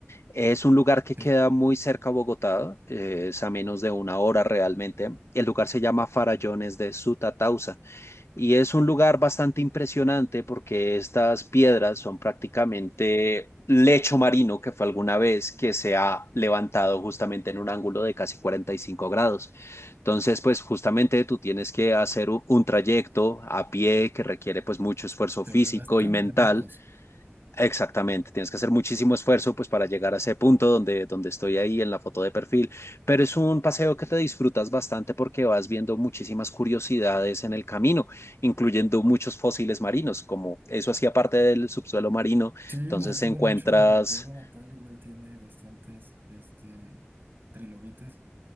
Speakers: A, on the left; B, on the right.
A: Es un lugar que
B: Sí,
A: queda muy cerca a Bogotá, eh, es a menos de una hora realmente. El lugar se llama Farallones de Sutatausa. Y es un lugar bastante impresionante porque estas piedras son prácticamente lecho marino que fue alguna vez que se ha levantado justamente en un ángulo de casi 45 grados. Entonces, pues justamente tú tienes que hacer u- un trayecto a pie que requiere pues mucho esfuerzo
B: se
A: físico
B: ve bastante
A: y mental
B: rocoso.
A: Exactamente, tienes que hacer muchísimo esfuerzo pues para llegar a ese punto donde, donde estoy ahí en la foto de perfil, pero es un paseo que te disfrutas bastante porque vas viendo muchísimas curiosidades en el camino, incluyendo muchos fósiles marinos, como eso hacía parte del subsuelo marino,
B: Sí,
A: entonces
B: me recuerda
A: encuentras...
B: mucho a mi pueblo natal, igual tiene bastantes este, trilobites.